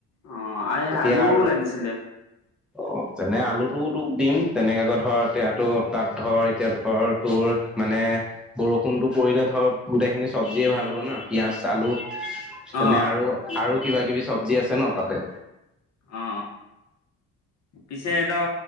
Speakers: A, on the left (about 60°); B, in the centre.
A: অ এই
B: এতিয়া
A: আলুও
B: আৰু
A: লাগিছিলে
B: অ যেনে আলুটোও তোক দিম, তেনেকৈ ধৰ, এতিয়াতো তাত ধৰ, এতিয়া ধৰ, তোৰ মানে এ বৰষুণটো পৰিলে ধৰ, গোটেইখিনি চবজি ভাল হ'ব ন পিয়াঁজ, আলু। তেনে
A: অ
B: আৰু, আৰু কিবা কিবি চবজি আছে ন তাতে।
A: অ। পিছে এতিয়া